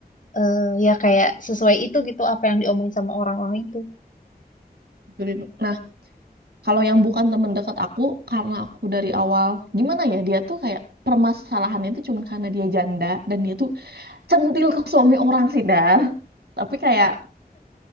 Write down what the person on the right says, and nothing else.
julid. Nah, Kalau yang bukan temen deket aku, karena aku dari awal, gimana ya, dia tuh kayak permasalahannya itu cuma karena dia janda dan dia tuh centil ke suami orang sih, Dar. Tapi kayak